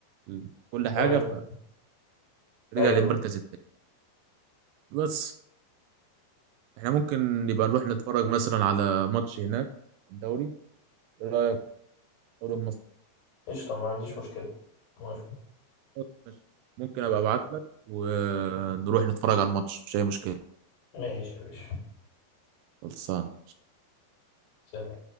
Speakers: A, on the right (about 80°); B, on the left (about 85°).
A: ال- كل حاجه
B: ايوه
A: فرجع
B: ايوه
A: للمركز الثاني بس احنا ممكن نبقى نروح نتفرج مثلا على ماتش هناك في الدوري ايه رايك في الدوري المصري
B: قشطة ما عنديش مشكلة موافق
A: خلاص ماشي. ممكن ابقى ابعت لك ونروح نتفرج على الماتش مفيش اي مشكله
B: ماشي يا باشا
A: خلصانه
B: سلام